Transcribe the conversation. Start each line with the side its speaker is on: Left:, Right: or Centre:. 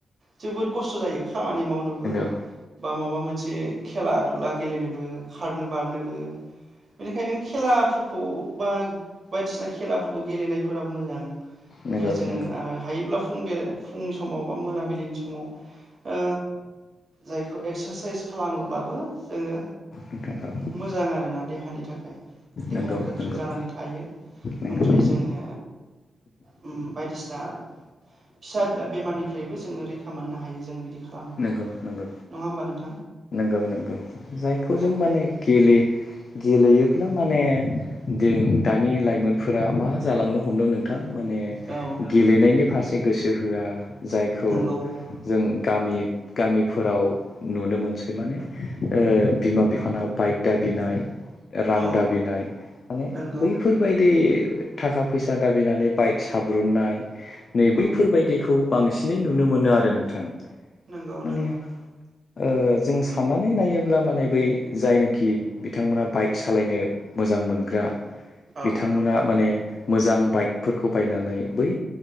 Right: जोबोद खस्थ' जायो। खामानि मावनोबो
Left: खारनोबो
Right: बा माबा मोनसे खेला दुला गेलेनोबो खारनो बारनोबो बेनिखायनो खेल खेलाफोरखौ बा बायदिसिना खेलाफोरखौ गेलेनायफोरा मोजां
Left: नोंगौ।
Right: ओमफ्राय जोङो आरो हायोब्ला फुंनि समाव बा मोनाबिलिनि समाव ओ जायखौ एक्सारसाइस खालामोब्लाबो जोङो
Left: नोंथां औ
Right: मोजां आरोना देहानि थाखाय देहाया
Left: नंगौ
Right: गोख्रों
Left: नंगौ
Right: जानानै थायो।
Left: नंगौ
Right: ओमफ्राय जोङो उम बायदिसिना फिसा बिला बेमारनिफ्रायबो जोङो रैखा मोननो हायो जों बिदि <unintelligible> मा
Left: नंगौ नंगौ
Right: नङा होमबा नोंथां?
Left: नंगौ नंगौ जायखौ
Right: औ
Left: जों माने गेले गेलेयो। फला माने जों दानि लाइमोनफोरा मा जालांनो हमदों नों नोंथां माने
Right: औ
Left: गेलेनायनि फारसे गोसो होआ। जायखौ
Right: नंगौ
Left: जों गामि गामिफोराव नुनो मोनसै माने बिमा बिफानाव बाइक दाबिनाय रां
Right: औ
Left: दाबिनाय माने
Right: नंगौ
Left: बैफोरबायदि थाखा फैसा दाबिनानै बाइक साब्रुननाय नै
Right: औ
Left: बैफोरबायदिखौ बांसिनै नुनो मोनो आरो नोंथां।
Right: नंगौ
Left: माने
Right: नंगौ।
Left: ओ जों साननानै नायोब्ला माने बै जायनाखि बिथांमोना बाइक सालायनो मोजां मोजां मोनग्रा
Right: औ
Left: बिथांमोना माने मोजां बाइकफोरखौ बायनानै बै